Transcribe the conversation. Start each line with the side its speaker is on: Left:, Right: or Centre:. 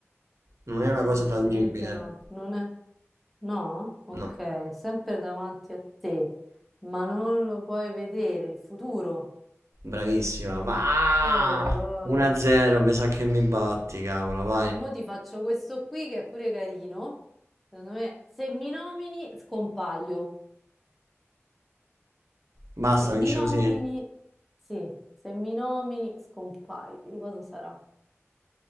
Right: Non è una
Centre: No,
Right: cosa
Centre: assolutamente
Right: tangibile.
Centre: no. Non è... No? Ok,
Right: No.
Centre: sempre davanti a te, ma non lo puoi vedere, il futuro.
Right: Bravissima, va!
Centre: Oh.
Right: 1-0, mi sa che mi batti, cavolo, vai.
Centre: No, mo ti faccio questo qui che è pure carino. Secondo me, se mi nomini, scompaio.
Right: Basta,
Centre: Se mi
Right: vince
Centre: nomini,
Right: così.
Centre: sì, se mi nomini, scompaio. Cosa sarà?